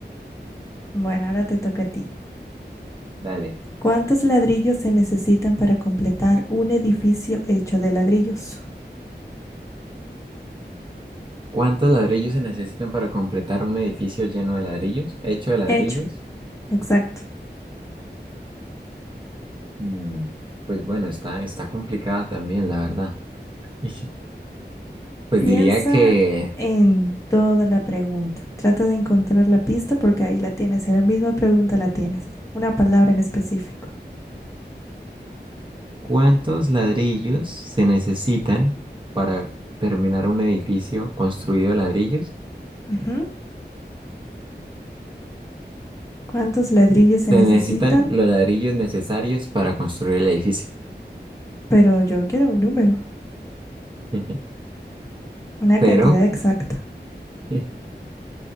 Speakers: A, on the left; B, on the right.
A: Bueno, ahora te toca a ti.
B: Dale.
A: ¿Cuántos ladrillos se necesitan para completar un edificio hecho de ladrillos?
B: ¿Cuántos ladrillos se necesitan para completar un edificio lleno de ladrillos? ¿Hecho de ladrillos?
A: Hecho, exacto.
B: Mm, pues bueno, está, está complicada también, la verdad. <laughs> Pues
A: Piensa
B: diría que
A: en toda la pregunta. Trata de encontrar la pista porque ahí la tienes. En la misma pregunta la tienes. Una palabra en específico.
B: ¿cuántos ladrillos se necesitan para terminar un edificio construido de ladrillos?
A: Ujú. ¿Cuántos ladrillos se
B: Se
A: necesitan?
B: necesitan los ladrillos necesarios para construir el edificio.
A: Pero yo quiero un número,
B: Ujú.
A: una
B: Pero
A: cantidad exacta.
B: <laughs>